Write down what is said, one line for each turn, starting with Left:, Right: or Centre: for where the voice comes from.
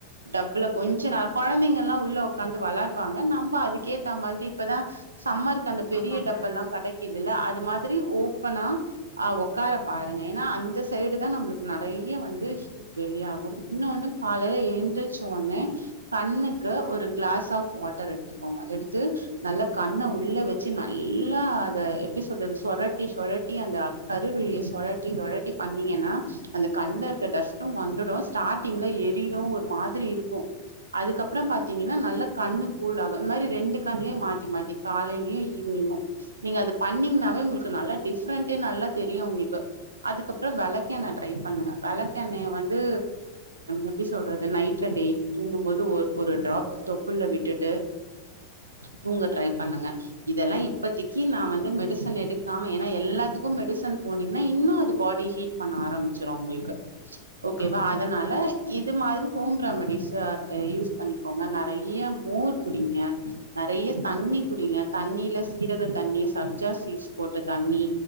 Right: டப்புுல
Left: ஓகே
Right: கொஞ்ச
Left: மேம்
Right: நேர குழந்தைங்க எல்லாம் உள்ள உட்காந்து விளாடுவாங்க நம்ம அதிக் கேத்த மாதிரி இப்பதா சம்மருக்கு அந்த பெரிய
Left: ஆமா
Right: டப்பால்லா
Left: மேம்
Right: கெடைக்கு க்கிதுல்ல அது மாதிரி ஓப்பனா ஆ உக்கார பாருங்க ஏன்னா அந்த சைடு தா நம்மளுக்கு நெறைய வந்து வெளிய ஆகும் இன்னொண்ணு காலையில எழுந்திச உடனே கண்ணுக்கு ஒரு கிளாஸ் ஆஃப் வாட்டர் எடுத்துக்கோங்க எடுத்து நல்ல கண்ண உள்ள வச்சு நல்லா அத எப்டி சொல்றது சொலட்டி சொலட்டி அந்த கருவிழிய சொழட்டி சொழட்டி பண்ணீங்கன்னா அந்த கண்ணல இருக்கற டஸ்ட்டும் வந்துடும் ஸ்டார்டிங்ல எரியு ஒரு மாதிரி இருக்கு அதுக்கப்பறம் பாத்தீங்கன்னா நல்ல கண்ணு கூலா இந்த மாரி ரெண்டு கணலயும் மாத்தி மாத்தி காலையிலயு ஈவினிங்கும் நீங்க அது பண்ணீங்கனாவே உங்களுக்கு நல்லா டிஃப்ரெண்டடே நல்லா தெரியு உங்களுக்கு அதுக்கப்பற விளக்ககெண்ண ட்ரை பண்ணுங்க விளக்க எண்ணய வந்து எப்டி சொல்றது நைட்ல டெய்லி தூங்கு போது ஒரு ஒரு டிராப் தொப்புல்ல விட்டுட்டு தூங்க ட்ரை பண்ணுங்க இதெல்லா இப்பதிக்கு நா வந்து மெடிசன் எடுக்காம ஏன்னா எல்லாத்துக்கு மெடிசன் போனீங்கன்னா இன்னு அது பாடி ஹீட் பண்ண ஆரம்பிச்சுரு அவங்களுக்கு ஓகேவா
Left: ஆமா
Right: அதனால
Left: மேம்
Right: இது மாதிரி ஹோம் ரெமடிஸ்ச யூஸ் பண்ணிக்கோங்க நெறைய மோர் குடிங்க நெறைய தண்ணி குடிங்க தண்ணில சீரக தண்ணி சப்ஜா சீட்ஸ் போட்டு தண்ணி